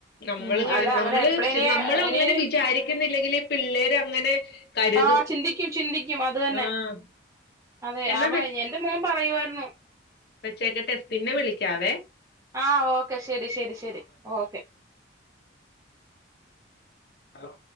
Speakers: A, on the left; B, on the right.
A: നമ്മള്
B: ഉം അല്ല അങ്ങനെ
A: നമ്മള്
B: എപ്പളേന്
A: നമ്മള്
B: ഇനിന്
A: അങ്ങനെ വിചാരിക്ക ല്ലെങ്കിൽ പിള്ളേര് അങ്ങനെ കരുതും
B: ആഹ് ചിന്തിക്കും ചിന്തിക്കും അത് തന്നെ
A: ആഹ്
B: അതെ
A: എന്നാ
B: അവ എന്റെ മോൻ പറയു വായിരുന്നു
A: വെച്ചെക്കട്ടെ പിന്നെ വിളിക്കാവേ
B: ആഹ് ഓക്കെ ശരി ശരി ശരി ഓക്കെ
A: ഹലോ